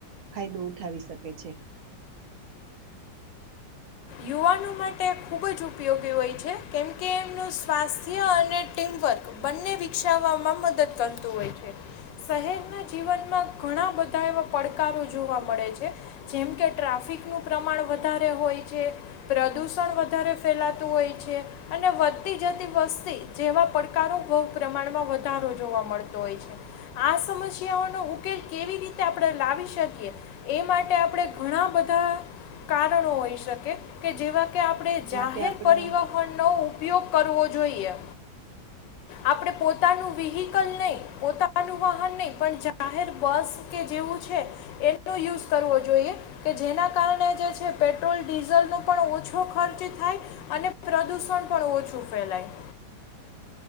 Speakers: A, on the right; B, on the left.
A: ફાયદો ઉઠાવી શકે છે
B: યુવાનો માટે ખૂબ જ ઉપયોગી હોય છે કેમકે એમનું સ્વાસ્થ્ય અને ટીમવર્ક બંને વિકસાવવામાં મદદ કરતું હોય છે શહેરના જીવનમાં ઘણા બધા એવા પડકારો જોવા મળે છે જેમકે ટ્રાફિકનું પ્રમાણ વધારે હોય પ્રદૂષણ વધારે ફેલાતું હોય છે અને વધતી જતી વસ્તી જેવા પડકારોુ પ્રમાણમાં વધારો જોવા મળતો હોય છે આ સમસ્યાઓનોો ઉકેલ કેવી રીતે આપણે લાવી શકીએ એ માટે આપણે ઘણા બધા કારણો હોઈએ કે જેવા કે આપણે જાહેર
A: માટે આપણે
B: પરિવહનનો ઉપયોગ કરવો જોઈએ આપણે પોતાનું વ્હીકલ નહીં પોતાનું વાહન નહીં પણ જાહેર બસ કે જેવું છે એનો યુઝ કરવો જોઈએ કે જેના કારણે જે છે પેટ્રોલ ડીઝલનો પણ ઓછો ખર્ચ થાય અને પ્રદુષણ પણ ઓછું ફેલાય